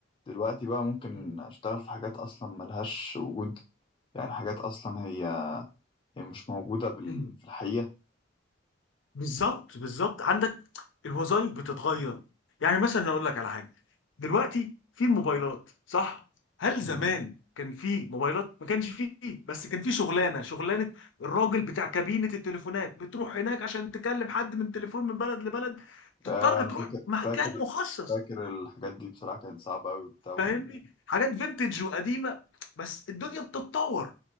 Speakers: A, on the left; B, on the left.
A: دلوقتي بقى ممكن
B: مم.
A: اشتغل في حاجات اصلا ملهاش وجود يعني حاجات اصلا هي هي مش موجودة بال...
B: <clears throat> مم.
A: في الحقيقة
B: بالظبط بالظبط عندك الوظائف بتتغير يعني مثلا اقول لك على حاجه دلوقتي في الموبايلات صح هل
A: مم.
B: زمان كان في موبايلات ما كانش فيه بس كان في شغلانه شغلانه الراجل بتاع كابينه التليفونات بتروح هناك عشان تكلم حد من تليفون من بلد لبلد تضطر
A: آه انا
B: تروح
A: فاكر
B: مكان
A: فاكر
B: مخصص
A: فاكر الحاجات دي بصراحة كانت صعبة قوي وبتاع وكنا
B: فاهمني حاجات فينتج وقديمه بس الدنيا بتتطور